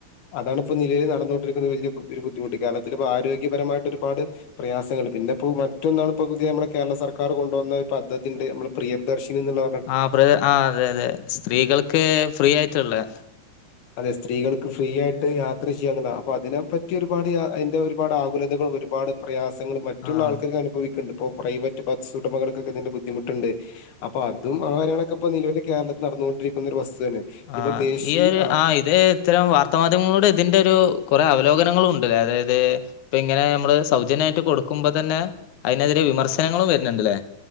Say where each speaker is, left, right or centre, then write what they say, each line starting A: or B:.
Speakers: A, on the left; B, on the left.
A: അതാണ്പ്പോ നിലവിൽ നടന്ന്കൊണ്ടിരിക്കുന്ന വല്ലേ ഒരു ബുദ്ധിമുട്ട് കേരളത്തിൽ ഇപ്പോ ആരോഗ്യപരമായിട്ട് ഒരുപാട് പ്രയാസങ്ങൾ പിന്നെ ഇപ്പോ മറ്റൊന്നാണ് ഇപ്പോ പുതിയ നമ്മടെ കേരള സർക്കാർ കൊണ്ട് വന്ന പദ്ധതിണ്ട് നമ്മളെ പ്രിയദർശിനി ന്ന്ള്ള
B: ആഹ് പ്രിയാ ആഹ് അതെ അതെ സ്ത്രീകൾക്ക് ഫ്രീ ആയിട്ട്ള്ളേ
A: അതെ സ്ത്രീകൾക്ക് ഫ്രീ ആയിട്ട് യാത്ര ച്ചിയ്യാന്ന്ള്ളതാ അപ്പൊ അതിനെ പറ്റി ഒരുപാട് യാ എന്താ ഒരുപാട് ആകുലതകളും ഒരുപാട് പ്രയാസങ്ങൾ മറ്റുള്ള
B: ആഹ്
A: ആൾക്കാര്ക്ക് അനുഭവിക്ക്ണ്ട് ഇപ്പോ പ്രൈവറ്റ് ബസ്സ് ഉടമകൾക്കൊക്കെ ഇതിന്റെ ബുദ്ധിമുട്ട്ണ്ട് അപ്പൊ അതും ആ കാര്യങ്ങളെക്ക ഇപ്പ നിലവിൽ കേരളത്തിൽ നടന്നുകൊണ്ടിരിക്കുന്ന ഒരു വസ്തു തന്നെ ഇനിയിപ്പോ
B: ആഹ്
A: ദേശീയ
B: ഈ ഒര്
A: ആ
B: ആഹ് ഇത് ഇത്തരം വാർത്താമാധ്യമങ്ങളൂടെ ഇതിന്റെ ഒരു കൊറേ അവലോകനങ്ങളും ഉണ്ട്ല്ലേ അതായത് ഇപ്പ ഇങ്ങനെ നമ്മള് സൗജന്യയിട്ട് കൊടുക്കുമ്പോ തന്നെ അതിനെതിരെ വിമർശനങ്ങളും വര്ന്ണ്ട് ല്ലേ